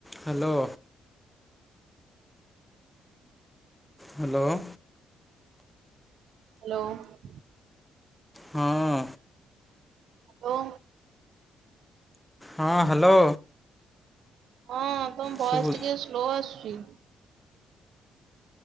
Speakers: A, in the centre; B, on the right (about 70°).
A: Hello. Hello.
B: Hello.
A: ହଁ।
B: Hello.
A: ହଁ hello.
B: ହଁ ତମ
A: ଶୁଭୁ
B: ଭୟସ ଟିକେ ସ୍ଲୋ ଆସୁଛି।